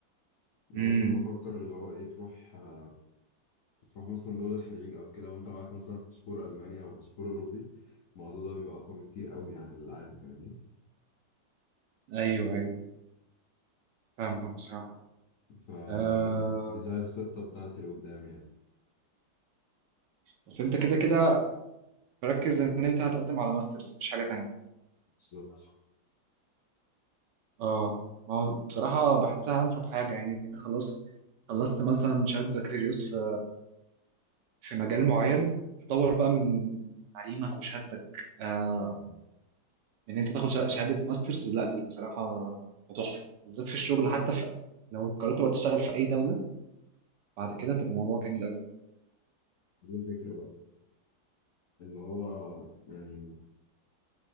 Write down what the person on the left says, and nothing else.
يعني
مثلا بفكر اللي هو ايه تروح آه، تروح مثلا دول الخليج او كده وانت معاك مثلا باسبور الماني او باسبور اوروبي الموضوع ده بيبقى اقوى بكتير قوي عن العادي فاهمني
فدي
زي الخطة بتاعتي لقدام يعني
بالظبط
أمم.
دي الفكرة بقى اللي هو يعني